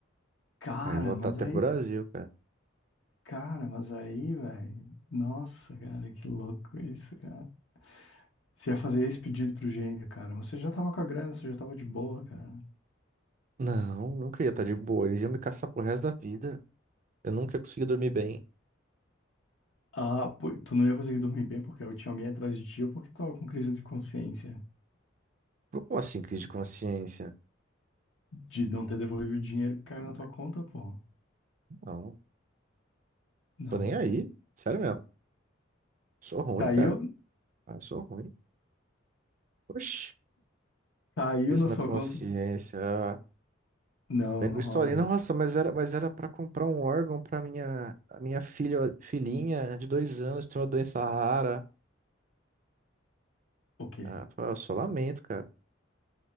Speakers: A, on the left (about 70°); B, on the right (about 40°).
A: Cara,
B: Aí eu vou estar
A: mas
B: até
A: aí,
B: pro Brasil, cara.
A: cara, mas aí, velho. Nossa, cara, que louco isso, cara. Você ia fazer esse pedido pro gênio, cara. Mas você já tava com a grana, você já tava de boa, cara.
B: Não, nunca ia estar de boa. Eles iam me caçar pro resto da vida. Eu nunca ia conseguir dormir bem.
A: Ah, pô, tu não ia conseguir dormir bem porque eu tinha alguém atrás de ti ou porque tu tava com crise de consciência
B: Como assim, crise de consciência?
A: de não ter devolvido o dinheiro que
B: Ah,
A: caiu na tua conta, pô.
B: não,
A: Não.
B: tô nem aí. Sério mesmo. Sou ruim,
A: Caiu,
B: cara. Ah, eu sou ruim. Oxi,
A: caiu
B: fiz
A: na
B: na
A: sua
B: consciência.
A: conta?
B: Ah,
A: Não,
B: Lembro
A: não
B: historinha,
A: rola isso.
B: nossa, mas era, mas era para comprar um órgão para minha, a minha filha, filhinha de dois anos, tem uma doença rara.
A: O quê?
B: Ah, eu falei, "Ah, só lamento, cara.